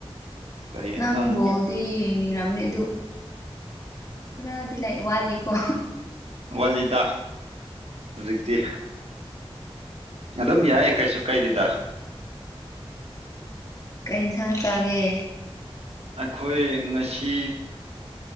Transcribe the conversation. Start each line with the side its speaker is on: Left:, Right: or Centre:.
Right: ꯀꯔꯤ ꯌꯦꯟꯁꯥꯡ
Left: ꯅꯪ ꯕꯣꯜꯗꯤ ꯌꯦꯡꯅꯤꯔ ꯅꯦ ꯑꯗꯨ ꯈꯔꯗꯤ ꯂꯩ ꯋꯥꯠꯂꯤꯀꯣ
Right: ꯋꯥꯠꯂꯤꯗꯥ ꯍꯧꯖꯤꯛꯇꯤ ꯑꯗꯨꯝ ꯌꯥꯏ ꯀꯩꯁꯨ ꯀꯩꯗꯦꯗ
Left: ꯀꯩ ꯏꯟꯁꯥꯡ ꯆꯥꯒꯦ
Right: ꯑꯩꯈꯣꯏ ꯉꯁꯤ